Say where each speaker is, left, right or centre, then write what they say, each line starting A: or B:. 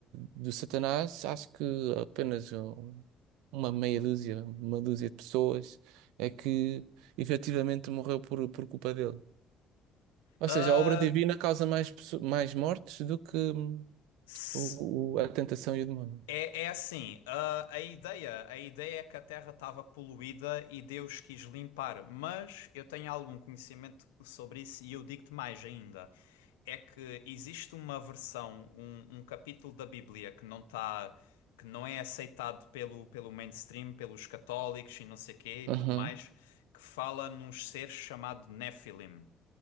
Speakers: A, on the right; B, on the left.
A: do Satanás, acho que apenas um- uma meia dúzia, uma dúzia de pessoas é que efetivamente morreu por, por culpa dele. Ou
B: Ah,
A: seja, a obra divina causa mais, pesso- mais mortes do que hum,
B: se-
A: o, o- a tentação e o demónio.
B: É, é assim, a, a ideia, a ideia é que a Terra estava poluída e Deus quis limpar, mas eu tenho algum conhecimento sobre isso e eu digo-te mais ainda. É que existe uma versão, um, um capítulo da Bíblia que não está, que não é aceitado pelo, pelo mainstream, pelos católicos e não sei quê e
A: Uhum.
B: tudo mais, que fala num ser chamado Nephilim.